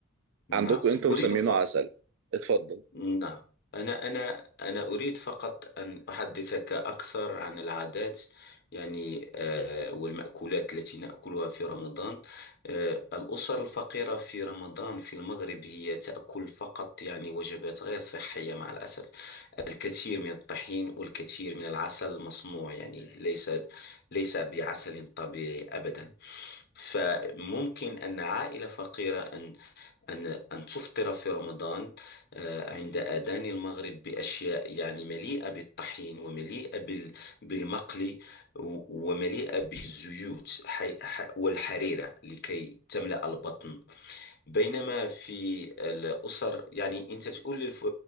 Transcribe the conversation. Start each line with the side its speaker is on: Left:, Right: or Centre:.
Left: نعم
Right: عندكم انتم
Left: أريد
Right: مسمينه
Left: ف
Right: عسل اتفضل
Left: نعم أنا أنا أنا أريد فقط أن أحدثك أكثر عن العادات يعني آه والمأكولات التي نأكلها في رمضان آه الأسر الفقيرة في رمضان في المغرب هي تأكل فقط يعني وجبات غير صحية مع الأسف الكثير من الطحين والكثير من العسل المصنوع يعني ليس ليس بعسل طبيعي أبدا فممكن أن عائلة فقيرة أن أن أن تفطر في رمضان آه، عند آذان المغرب بأشياء يعني مليئة بالطحين ومليئة بال- بالمقلي و- ومليئة بالزيوت حي- ح- والحريرة لكي تملأ البطن بينما في الأسر يعني أنت تقول للف...